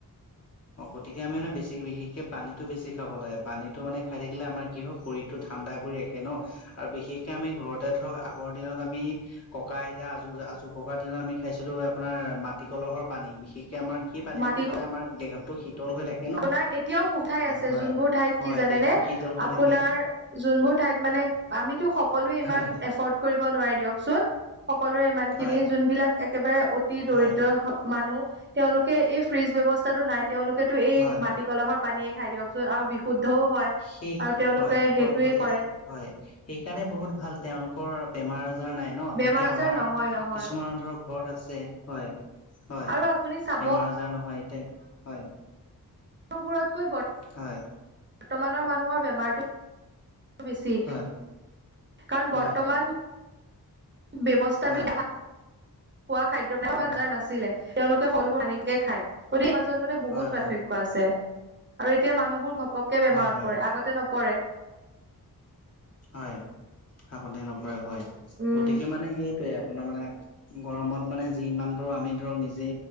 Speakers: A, on the left; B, on the right.
A: অ গতিকে আমি মানে বেছি বিশেষে পানীতটো বেছি খাব লাগে। পানীটো মানে খাই থাকিলে আমাৰ কি হয় শৰীৰতটো থ ঠাণ্ডা কৰি ৰাখে ন আৰু বিশেষকে আমি ঘৰতে ধৰক আগৰ দিনত আমি ককা আইতা আজোৰ আজো ককাৰ দিনত আমি খাইছিলোঁ আপোনাৰ মাটি কলহৰ পানী, বিশেষকৈ আমাৰ সেই পানীটো
B: মাটি
A: খালে আমাৰ দেহত টো শীতল হৈ থাকে।
B: আপোনাৰ এতিয়াওঁ বহুত ঠাই আছে,
A: হয়
B: যোনবোৰ ঠাইত
A: হয়
B: কি জানেনে
A: দেহটো শীতল হৈ
B: আপোনাৰ
A: থাকে
B: যোনবোৰ ঠাইত মানে আমিতো সকলোৱে ইমান
A: হয়
B: এফৰ্ কৰিব নোৱাৰি দিয়কচোন, সকলোৰে ইমান
A: হয়
B: খিনি যোনবিলাক একেবাৰে অতি দৰিদ্ৰ
A: হয়
B: মানুহ তেওঁলোকে এই ফ্ৰিজ ব্যৱস্থাটো নাই, তেওঁলোকেতো এই
A: হয়
B: মাটি কলহৰ পানীয়ে খাই দিয়ক। আৰু বিশুদ্ধও হয়
A: সেই
B: আৰু তেওঁলোকে
A: হয় হয়
B: সেইটোৱে
A: গতি
B: কৰে।
A: হয় সেইকাৰণে বহুত ভাল তেওঁলোকৰ বেমাৰ আজাৰ নাই ন।
B: বেমাৰ
A: এতিয়া আমাৰ
B: আজাৰ নহয় নহয়
A: কিছুমানৰ ধৰক ঘৰত আছে। হয় হয়
B: আৰু আপুনি চাব
A: বেমাৰ আজাৰ নহয় এতিয়া হয়।
B: তকৈ বৰ
A: হয়।
B: বৰ্তমানৰ মানুহৰ বেমাৰটো বেছি।
A: হয়
B: কাৰণ
A: হয়
B: বৰ্তমান ব্যৱস্থাবিলাক
A: হয়
B: খোৱা খাদ্য প্ৰ <unintelligible>
A: হয়
B: যাৰ নাছিলে তেওঁলোকে শলবোৰ হানে খায়। গতিকে মানে বহুত
A: হয়
B: পাৰ্থক্য
A: হয়
B: আছে আৰু এতিয়া মানুহবোৰ ঘপককে বেমাৰত
A: হয় হয়
B: পৰে, আগতে ন পৰে।
A: হয় আগতে নপৰে হয়।
B: উম,
A: গতিকে মানে সেইটোৱে আপোনাৰ মানে গৰমত মানে যিমান পাৰো আমি ধৰক নিজে